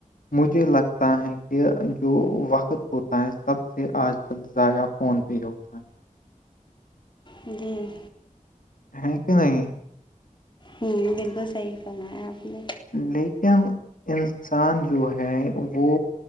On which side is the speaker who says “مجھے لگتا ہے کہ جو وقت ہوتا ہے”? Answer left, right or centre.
Left